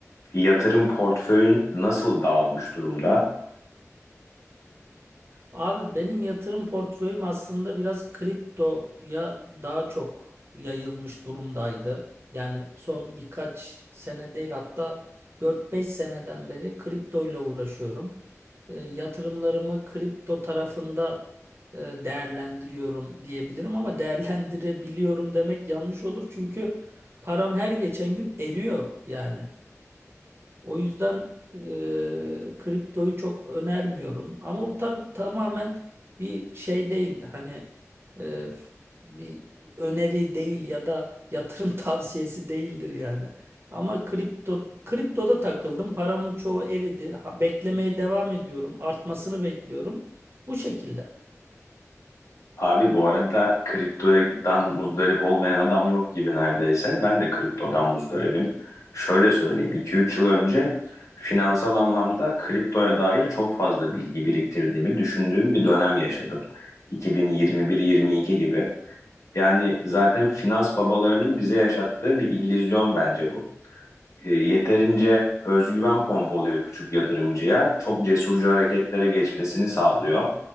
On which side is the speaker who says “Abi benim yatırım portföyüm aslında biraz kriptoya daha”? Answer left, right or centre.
Right